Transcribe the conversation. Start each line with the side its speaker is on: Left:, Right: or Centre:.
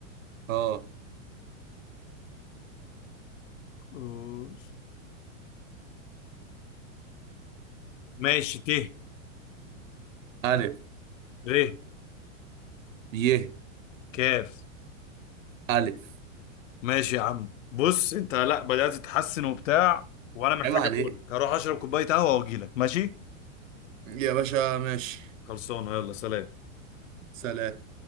Right: اه
Left: أوش. ماشي ت
Right: الف
Left: ر
Right: يه
Left: كاف
Right: الف
Left: ماشي يا عم بص انت لا بدأت تتحسن وبتاع وانا محتاج
Right: عيب عليك
Left: اقولك هروح اشرب كوبايه قهوه واجيلك ماشي
Right: يا باشا ماشي
Left: خلصانه يلا سلام
Right: سلام